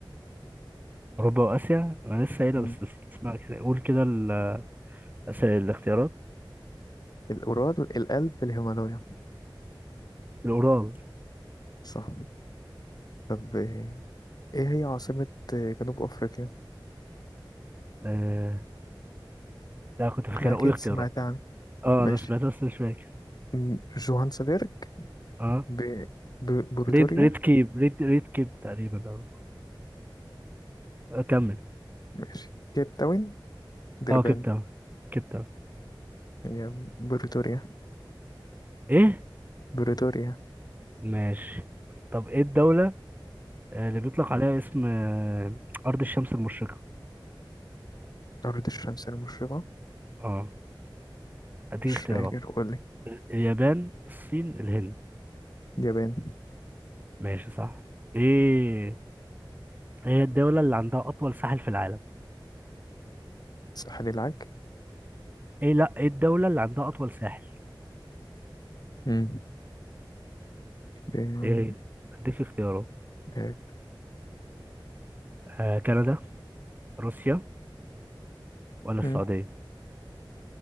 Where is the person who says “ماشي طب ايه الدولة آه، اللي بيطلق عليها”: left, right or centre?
Right